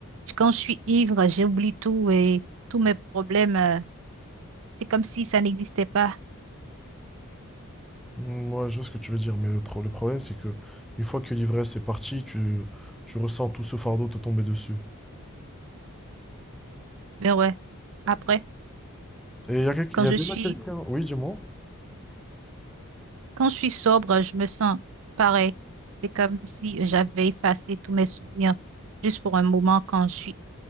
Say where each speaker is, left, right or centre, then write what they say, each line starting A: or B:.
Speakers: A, on the right; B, in the centre.
A: quand je suis ivre, j'oublie tout et tous mes problèmes, euh, c'est comme si ça n'existait pas.
B: Moi, je vois ce que tu veux dire, mais le, tro- le problème c'est que une fois que l'ivresse est partie, tu, tu ressens tout ce fardeau te tomber dessus.
A: Ben ouais, après,
B: Et il y a, quel-
A: quand
B: il y a
A: je
B: déjà
A: suis,
B: quelqu'un, oui, dis-moi.
A: quand je suis sobre, je me sens pareil. C'est comme si j'avais effacé tous mes souvenirs juste pour un moment quand je suis